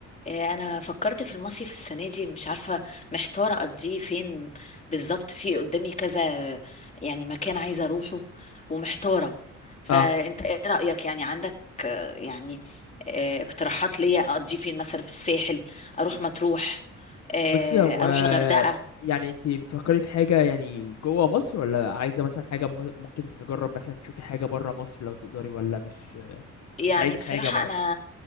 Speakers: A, on the left; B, on the left.
A: إيه، انا فكرت في المصيف السنه دي مش عارفه محتاره اقضيه فين بالظبط في قدامي كذا يعني مكان عايزه اروحه ومحتاره فانت
B: اه
A: ايه رايك يعني عندك آه، يعني آه، اقتراحات ليا اقضيه فين مثلا في الساحل اروح مطروح آه،
B: بصي هو
A: اروح الغردقه
B: يعني انت بتفكري في حاجة يعني جوه مصر ولا عايزة مثلا حاجة م- ممكن نجرب مثلا تشوفي حاجة برا مصر لو تقدري ولا مش
A: يعني
B: مش عايزة
A: بصراحه
B: حاجة برا
A: انا
B: مصر